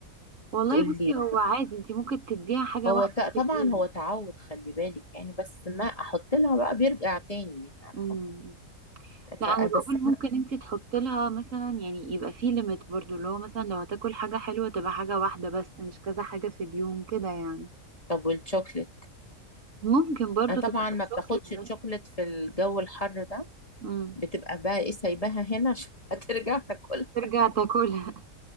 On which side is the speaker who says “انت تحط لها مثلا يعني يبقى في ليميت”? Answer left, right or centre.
Right